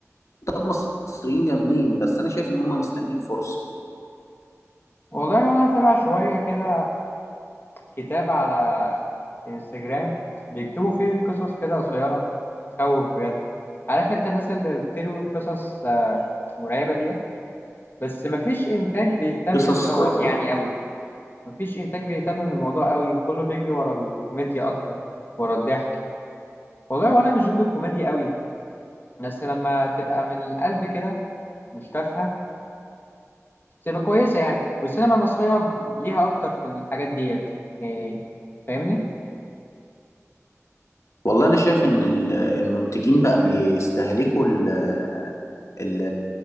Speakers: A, on the left; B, on the left.
A: كتاب مصريين جامدين بس انا شايف ان هم مستنيين فرصه
B: والله وأنا أتابع شوية كده كتاب على انستجرام بيكتبوا فيه قصص كده قصيرة تخوف بجد عارف أنت الناس اللي بتروي قصص آه، مرعبة ديت بس مفيش إنتاج بيهتم
A: قصص
B: بدوت
A: آه،
B: يعني أوي مفيش انتاج بيهتم بالموضوع قوي وكله بيجري ورا الكوميديا اكتر ورا الضحك والله وانا مش ضد الكوميديا قوي بس لما تبقى من القلب كده مش تافهه تبقى كويسه يعني والسينما المصريه ليها اكتر في الحاجات ديت يعني فاهمني
A: والله انا شايف ان ال- المنتجين بقى بيستهلكوا ال- ال-